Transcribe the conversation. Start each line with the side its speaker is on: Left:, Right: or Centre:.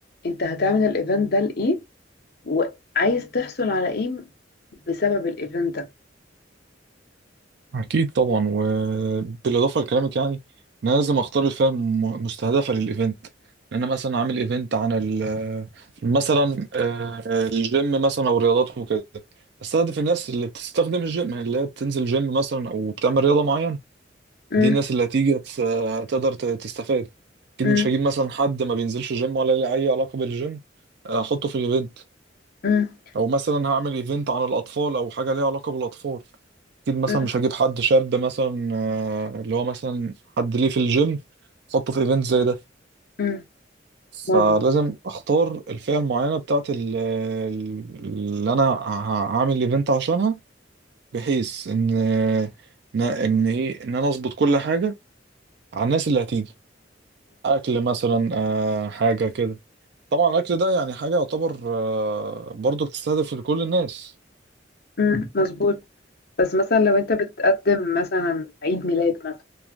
Left: انت هتعمل الايفنت ده لإيه وعايز تحصل على ايه بسبب الايفنت ده
Right: أكيد طبعا وبالإضافة لكلامك يعني أنا لازم أختار الفئة الم- مستهدفة للإيفنت لأن أنا مثلا عامل إيفنت عن ال مثلا آه، الجيم مثلا أو الرياضات وكده أستهدف الناس اللي بتستخدم الجيم يعني اللي هي بتنزل جيم مثلا أو بتعمل رياضة معينة
Left: مم،
Right: دي الناس اللي هتيجي هتس- هتقدر ت- تستفاد أكيد
Left: مم،
Right: مش هجيب مثلا حد ما بينزلش جيم ولا ليه أي علاقة بالجيم آه، أحطه في الإيفنت
Left: مم،
Right: أو مثلا هعمل إيفنت عن الأطفال أو حاجة ليها علاقة بالأطفال اكيد مثلا
Left: مم،
Right: مش هجيب حد شاب مثلا آه، اللي هو مثلا حد ليه في الجيم احطه في ايفنت زي ده
Left: مم. مظبوط
Right: فلازم اختار الفئة المعينة بتاعت ال- ال- اللي انا ه- هعمل الايفنت عشانها بحيث ان ان ان ايه ان انا اظبط كل حاجة على الناس اللي هتيجي اكل مثلا آه، حاجة كده طبعا الاكل ده يعني حاجة يعتبر آه، برضه بتستهدف لكل الناس
Left: امم <laughs> مظبوط بس مثلا لو انت بتقدم مثلا عيد ميلاد مثلا